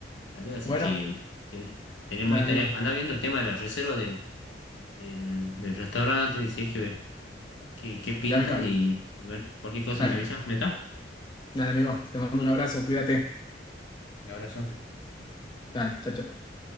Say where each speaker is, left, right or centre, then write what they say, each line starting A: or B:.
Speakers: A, on the left; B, on the left.
A: Dale, Así
B: Bueno,
A: que ten- tenemos
B: dale
A: ahí
B: amigo,
A: tareas, anda viendo el tema de la reserva de- del, del restaurante, si es que, que, que pinta,
B: ya me encargo.
A: y, y bueno, cualquier cosa
B: Dale,
A: me avisas, ¿me está?
B: dale amigo, te mando un abrazo, cuídate.
A: Un abrazo.
B: Dale, chao, chao.